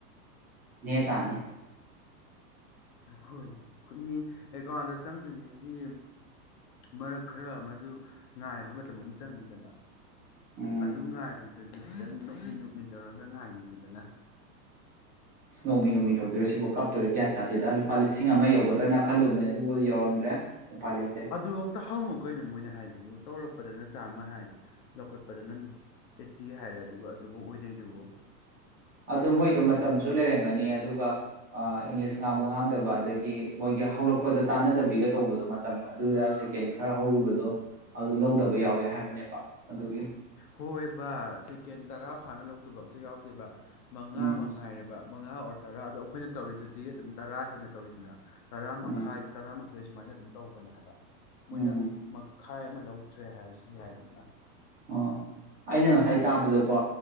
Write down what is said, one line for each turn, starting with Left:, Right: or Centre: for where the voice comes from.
Right: ꯅꯦ ꯇꯥꯅꯤ
Left: ꯍꯣꯏꯅꯦ ꯈꯨꯠꯅꯤ ꯑꯦꯀꯥꯎꯟꯗ ꯆꯪꯗ꯭ꯔꯤꯉꯩꯒꯤ ꯃꯔꯛ ꯈꯔ ꯃꯗꯨ ꯉꯥꯏꯕ ꯃꯇꯝ ꯑꯃ ꯆꯪꯉꯤꯗꯅ
Right: ꯎꯝ
Left: ꯑꯗꯨꯝ ꯉꯥꯏꯕꯗꯗꯤ ꯑꯗꯨ ꯈꯤꯇꯪ ꯅꯣꯛꯃꯤ ꯅꯣꯛꯃꯤ ꯇꯧꯔꯒ ꯉꯥꯏꯅꯤꯡꯉꯤꯗꯅ
Right: ꯅꯧꯃꯤ ꯅꯣꯡꯃꯤ ꯇꯧꯗꯔꯣ ꯁꯤꯕꯨ ꯀꯞꯇꯔꯦ ꯒ꯭ꯌꯥꯟ ꯇꯥꯗꯦꯗ ꯂꯨꯄꯥ ꯂꯤꯁꯤꯡ ꯑꯃ ꯌꯧꯒꯗ꯭ꯔꯥꯅ ꯈꯜꯂꯨꯕꯅꯦ ꯑꯗꯨꯕꯨ ꯌꯧꯔꯝꯗ꯭ꯔꯦ ꯎꯄꯥꯏ ꯂꯩꯇꯦ
Left: ꯑꯗꯨ ꯑꯝꯇ ꯍꯪꯉꯨ ꯀꯩꯅꯣ ꯃꯣꯏꯅ ꯍꯥꯏꯗꯨꯕꯨ ꯇꯧꯔꯛ ꯗꯅ ꯆꯥꯝꯃꯥ ꯍꯥꯏ ꯂꯧꯈꯠꯄꯗꯅ ꯇꯤ ꯍꯥꯏꯔꯦ ꯑꯗꯨꯒ ꯑꯗꯨꯕꯨ ꯑꯣꯏꯗꯣꯏꯗꯨꯕꯨ
Right: ꯑꯗꯣ ꯃꯣꯏꯗꯣ ꯃꯇꯝꯁꯨ ꯂꯩꯔꯝꯒꯅꯤ ꯑꯗꯨꯒ ꯏꯪꯂꯤꯁ ꯉꯥꯡꯕ ꯉꯥꯡꯗꯕ ꯑꯗꯒꯤ ꯃꯣꯏꯒꯤ ꯍꯧꯔꯛꯄꯗ ꯇꯥꯟꯅꯗꯕꯤꯒ ꯇꯧꯕꯗꯣ ꯃꯇꯝ ꯑꯗꯨꯗ ꯁꯦꯀꯦꯟ ꯈꯔ ꯍꯧꯈꯤꯕꯗꯣ ꯑꯗꯨ ꯂꯧꯗꯕ ꯌꯥꯎꯋꯦ ꯍꯥꯏꯕꯅꯦꯕ ꯑꯗꯨꯒꯤ
Left: ꯍꯣꯏ ꯕꯥ ꯁꯦꯀꯦꯟ ꯇꯔꯥ ꯐꯥꯅ ꯂꯧꯗꯕ ꯑꯝꯇ ꯌꯥꯎꯗꯦꯕ ꯃꯉꯥ
Right: ꯎꯝ
Left: ꯃꯉꯥꯏꯔꯕ ꯃꯉꯥ ꯑꯣꯔ ꯇꯔꯥ ꯑꯗꯣ ꯑꯩꯈꯣꯏꯅ ꯇꯧꯔꯤꯗꯨꯗꯤ ꯑꯗꯨꯝ ꯇꯔꯥ ꯍꯦꯟꯅ ꯇꯧꯔꯤꯗꯅ ꯇꯔꯥ
Right: ꯎꯝ
Left: ꯃꯈꯥꯏ ꯇꯔꯥ ꯑꯊꯣꯏ ꯁꯨꯃꯥꯏꯅ ꯑꯗꯨꯝ ꯇꯧꯕꯅꯦ ꯍꯥꯏꯕ ꯃꯣꯏꯅ
Right: ꯎꯝ
Left: ꯇꯈꯥꯏ ꯑꯃ ꯂꯧꯗ꯭ꯔꯦ ꯍꯥꯏꯔꯁꯨ ꯌꯥꯏꯗꯅ
Right: ꯑꯣ ꯑꯩꯅ ꯉꯁꯥꯏ ꯇꯥꯕꯗꯀꯣ